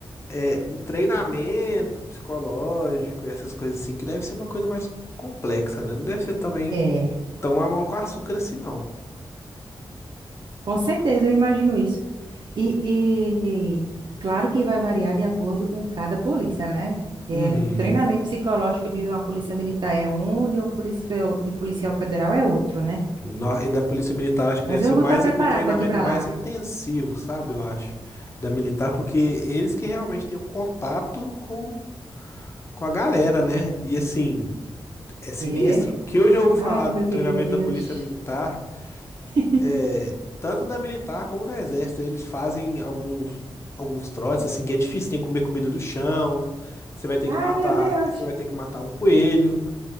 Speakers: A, on the left (about 30°); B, on the right (about 55°).
A: é o treinamento psicológico, e essas coisas assim, que deve ser uma coisa mais complexa, né? Não deve ser também
B: é.
A: tão a mão com açúcar assim, não.
B: Com certeza, eu imagino isso. E, e- e claro que vai variar de acordo com cada polícia, né? É,
A: Uhum.
B: o treinamento psicológico de uma polícia militar é um, de uma polícia fe- de policial federal é outro, né?
A: No- E da Polícia Militar, acho que
B: Mas
A: deve
B: eu
A: ser o
B: vou
A: mais
B: estar preparada
A: o treinamento
B: daqui para
A: mais
B: lá.
A: intensivo, sabe? Eu acho, da militar, porque eles que realmente têm o contato com, com a galera, né? E assim, é sinistro.
B: É.
A: O Que eu já ouvi falar
B: Ai, como
A: do
B: eu queria,
A: treinamento
B: Deus.
A: da Polícia Militar,
B: <laughs>
A: é, tanto da militar como do Exército, eles fazem alguns, alguns trotes, assim, que é difícil, tem que comer comida do chão, você vai ter
B: Ai,
A: que matar,
B: meu Deus.
A: você vai ter que matar um coelho.